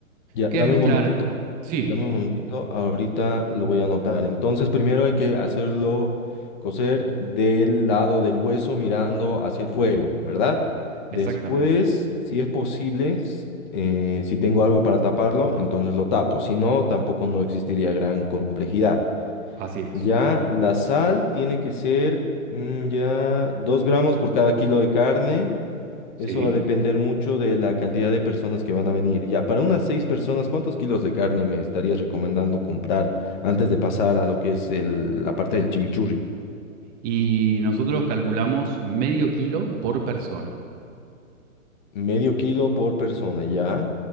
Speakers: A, on the left; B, on the right.
A: ya.
B: que
A: Dame
B: es mezclar.
A: un momentito.
B: Sí,
A: Dame un momentito, ahorita lo voy a anotar. Entonces, primero hay que hacerlo cocer del lado del hueso mirando hacia el fuego, ¿verdad? Después,
B: exactamente.
A: si es posible, s- eh, si tengo algo para taparlo, entonces lo tapo. Si no, tampoco no existiría gran complejidad.
B: Así es.
A: Ya la sal tiene que ser mm, ya 2 gramos por cada kilo de carne.
B: Sí.
A: Eso va a depender mucho de la cantidad de personas que van a venir. Ya, para unas seis personas, ¿cuántos kilos de carne me estarías recomendando comprar antes de pasar a lo que es el- la parte del chimichurri?
B: Y nosotros calculamos medio kilo por persona.
A: Medio kilo por persona, ¿ya?